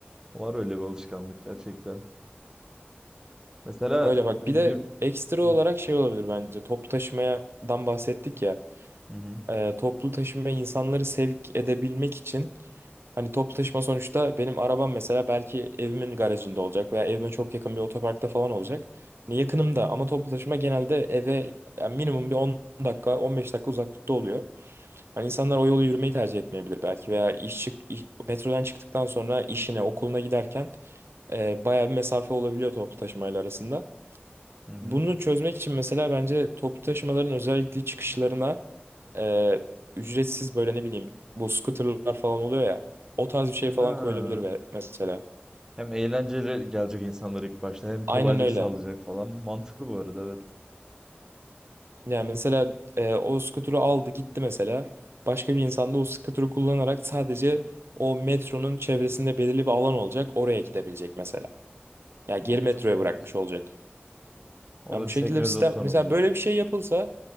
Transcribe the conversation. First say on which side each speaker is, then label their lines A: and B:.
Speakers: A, on the right; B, on the right.
A: Var öyle bir alışkanlık gerçekten. Mesela
B: Öyle bak
A: e,
B: bir
A: yurt...
B: de ekstra olarak
A: Hı
B: şey olabilir bence toplu taşımadan bahsettik ya.
A: hı hı.
B: e, toplu taşıma insanları sevk edebilmek için hani toplu taşıma sonuçta benim arabam mesela belki evimin garajında olacak veya evime çok yakın bir otoparkta falan olacak. Hani yakınımda ama toplu taşıma genelde eve yani minimum bir on dakika 15 dakika uzaklıkta oluyor. Hani insanlar o yolu yürümeyi tercih etmeyebilir belki veya iş çık iş- metrodan çıktıktan sonra işine okuluna giderken e, bayağı bir mesafe olabiliyor toplu taşımayla arasında.
A: hı. hı.
B: Bunu çözmek için mesela bence toplu taşımaların özellikle çıkışlarına e, ücretsiz böyle ne bileyim bu scooterlar falan oluyor ya. O tarz bir şey
A: Ha.
B: falan koyulabilir ve mesela.
A: Hem eğlenceli gelecek insanlar ilk başta hem kolaylık
B: Aynen öyle.
A: sağlayacak falan. Mantıklı bu arada evet.
B: Yani mesela e, o scooter'ı aldı gitti mesela. Başka bir insan da o scooter'ı kullanarak sadece o metronun çevresinde belirli bir alan olacak. Oraya gidebilecek mesela. Yani
A: Mantıklı
B: geri metroya bırakmış
A: evet.
B: olacak.
A: Orada
B: Yani bu
A: bir
B: şekilde
A: senkronizasyon
B: bir sistem mesela
A: olacak.
B: böyle bir şey yapılsa